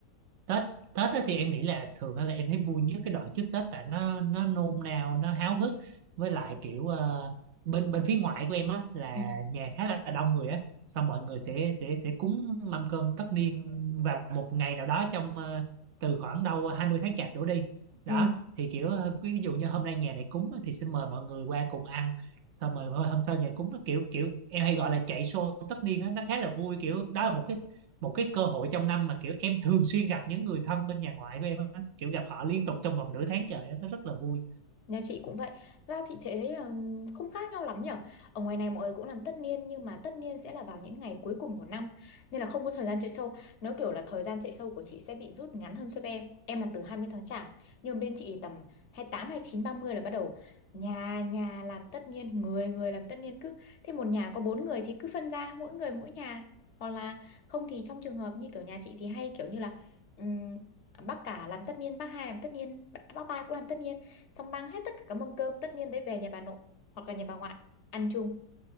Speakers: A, on the right (about 85°); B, on the left (about 55°).
A: Tết Tết á thì em nghĩ là thường á là em thấy vui nhất cái đoạn trước Tết tại nó nó nôn nao nó háo hức với lại kiểu ờ, bên bên phía ngoại của em á là
B: Ừ.
A: nhà khá là đông người á xong mọi người sẽ sẽ sẽ cúng mâm cơm tất niên
B: Ừ.
A: vào một ngày nào đó trong ờ, từ khoảng đâu 20 tháng chạp đổ đi đó
B: Ừ,
A: thì kiểu ờ, ví dụ như hôm nay nhà này cúng á, thì xin mời mọi người qua cùng ăn xong rồi thôi hôm sau nhà cúng nó kiểu kiểu em hay gọi là chạy show tất niên á nó khá là vui kiểu đó là một cái một cái cơ hội trong năm mà kiểu em thường xuyên gặp những người thân bên nhà ngoại của em á kiểu gặp họ liên tục trong vòng nửa tháng trời á, nó rất là vui
B: nhà chị cũng vậy. Ra thì thế thấy là không khác nhau lắm nhở. Ở ngoài này mọi người cũng làm tất niên nhưng mà tất niên sẽ là vào những ngày cuối cùng của năm nên là không có thời gian chạy sâu. Nó kiểu là thời gian chạy sâu của chị sẽ bị rút ngắn hơn so với em. Em là từ 20 tháng chạp nhưng bên chị tầm hai hai tám hai mươi chín ba mươi là bắt đầu nhà nhà làm tất niên, người người làm tất niên cứ thế một nhà có bốn người thì cứ phân ra mỗi người mỗi nhà hoặc là không thì trong trường hợp như kiểu nhà chị thì hay kiểu như là ừm, bác cả làm tất niên, bác hai làm tất niên, bác ba cũng làm tất niên xong mang hết tất cả các mâm cơm tất niên đấy về nhà bà nội hoặc là nhà bà ngoại ăn chung